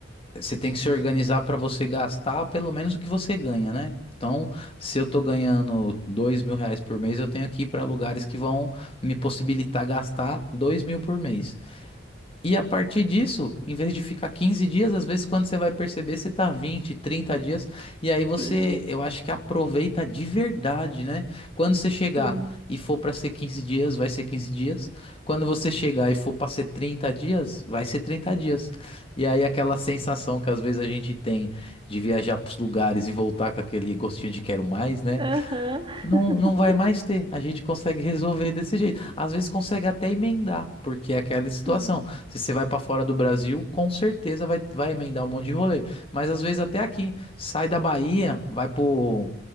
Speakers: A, on the left (about 30°); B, on the right (about 25°).
A: você tem que se organizar para você gastar pelo menos o que você ganha, né? Então, se eu tô ganhando dois mil reais por mês, eu tenho que ir para lugares que vão me possibilitar gastar dois mil por mês. E a partir disso, em vez de ficar 15 dias, às vezes quando você vai perceber, você tá 20, 30 dias, e aí você,
B: Sim,
A: eu acho que aproveita de verdade, né? Quando você chegar
B: sim.
A: e for para ser 15 dias, vai ser 15 dias. Quando você chegar e for para ser 30 dias, vai ser 30 dias. E aí aquela sensação que às vezes a gente tem de viajar para os lugares e voltar com aquele gostinho de quero mais, né?
B: Aham.
A: Não,
B: <laughs>
A: não vai mais ter. A gente consegue resolver desse jeito. Às vezes consegue até emendar, porque é aquela situação.
B: Sim.
A: Se você vai para fora do Brasil, com certeza vai, vai emendar um monte de rolê. Mas às vezes até aqui. Sai da Bahia, vai pro,